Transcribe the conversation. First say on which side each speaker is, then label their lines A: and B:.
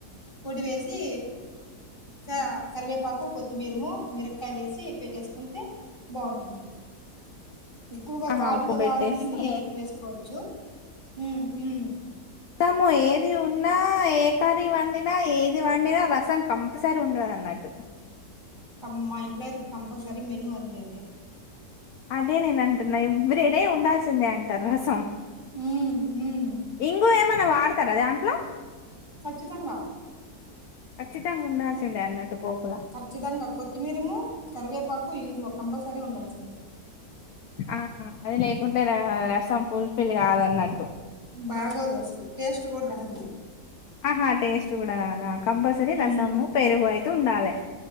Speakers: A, on the left; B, on the left.
A: పొడి వేసి క కరివేపాకు కొత్. మీరుమో మిరకాయలు వేసి పెట్టేసుకుంటే బాగుంటుంది. ఎక్కువగా
B: ఆహా
A: ఘాటుగా
B: ఉప్పు పెట్టేసి
A: కావాలంటే మిరియాలు ఎక్కువ వేసుకోవచ్చు ఉమ్ ఉమ్.
B: రసము ఏది ఉన్నా ఏ కర్రీ వండినా ఏది వండినా రసం కంపల్సరీ ఉండాలి. అన్నట్టు.
A: కమ్ మా ఇంగ్ కంపల్సరి మెను వంది అద
B: అదే నేను అంటున్నా ఎవరుెడే ఉండాల్సిందే అంటారు రసం
A: ఉమ్ ఉమ్
B: ఇంగ ఏమన్నా వాడతారా దాంట్లో
A: ఖచ్చితంగా
B: కచ్చిత అంగా ఉండా చెింద అన్నట్టు పోపులా
A: ఖచ్చితంగా కొత్తిమీరము కరివేపాకు ఇం కంపల్సరీ ఉండాల్సిందే
B: ఆ అదిలేకుంట రసం ఫుల్ఫిల్ కాదన్నట్టు
A: బాగోదు అసలు టేస్ట్ కూడా రాదు
B: ఆహా టేస్ట్ కూడా రాదా కంపల్సరీ రసము
A: ఉమ్
B: పెరుగు అయితే ఉండాలి